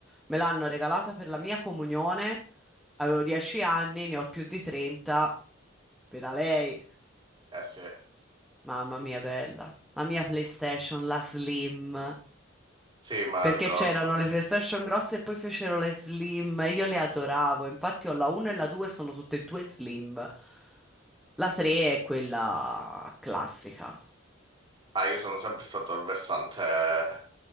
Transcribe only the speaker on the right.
eh sì,
sì, ma
ricordo.
Ah, io sono sempre stato il versante,